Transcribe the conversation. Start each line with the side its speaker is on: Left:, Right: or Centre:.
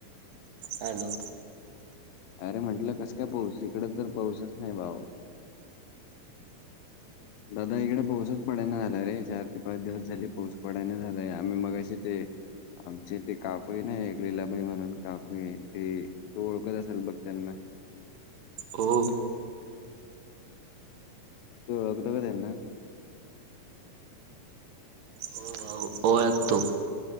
Right: हॅलो
Left: अरे म्हटलं कसं काय पाऊस इकड तर पाऊसच नाही भाऊ दादा इकडे पाऊसच पडेना झालाय रे चार ते पाच दिवस झाली पाऊस पडेन झालाय आम्ही मगाशी ते आमचे इथे काकुई नाही ललीलाबाई म्हणून काकुई ते तो ओळखत असेल बघ त्यांना
Right: हो
Left: <unintelligible> ओळखतो का त्यांना
Right: होय भाऊ ओळखतो